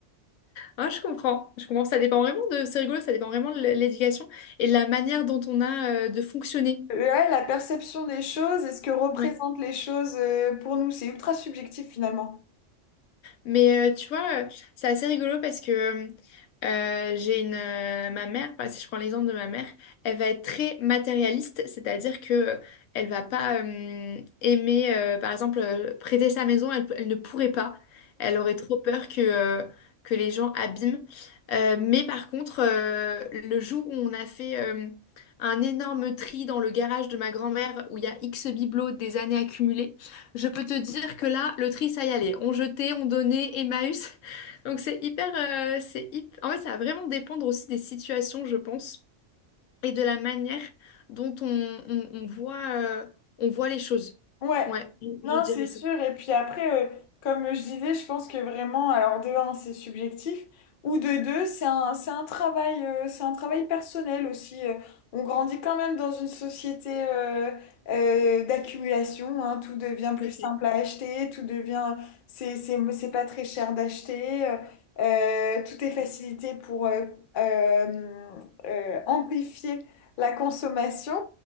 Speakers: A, on the left; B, on the left.
A: Ah, je comprends, je comprends. Ça dépend vraiment de, c'est rigolo, ça dépend vraiment de l'éducation et de la manière dont on a euh, de fonctionner.
B: Ouais, la perception des choses et ce que représentent
A: Ouais.
B: les choses euh, pour nous, c'est ultra subjectif finalement.
A: Mais euh, tu vois, euh, c'est assez rigolo parce que euh, euh, j'ai une euh, ma mère, par- si je prends l'exemple de ma mère, elle va être très matérialiste, c'est-à-dire que euh, elle va pas euh, aimer, euh, par exemple, euh, prêter sa maison, elle, elle ne pourrait pas. Elle aurait trop peur que, euh, que les gens abîment. Euh, mais par contre, euh, le jour où on a fait euh, un énorme tri dans le garage de ma grand-mère où il y a X bibelots des années accumulées, je peux te dire que là, le tri, ça y allait. On jetait, on donnait, Emmaüs. <laughs> Donc c'est hyper, euh, c'est hyp- En fait, ça va vraiment dépendre aussi des situations, je pense, et de la manière dont on, on- on voit, euh, on voit les choses.
B: Ouais,
A: Ouais, je
B: non,
A: je dirais
B: c'est sûr.
A: ça.
B: Et puis après, euh, comme je disais, je pense que vraiment, alors de un, c'est subjectif, ou de deux, c'est un, c'est un travail, euh, c'est un travail personnel aussi. Euh, on grandit quand même dans une société euh, euh, d'accumulation, hein. Tout devient plus
A: Tout à fait.
B: simple à acheter, tout devient, c'est, c'est, c'est pas très cher d'acheter, euh, euh, tout est facilité pour euh, euh, euh, amplifier la consommation.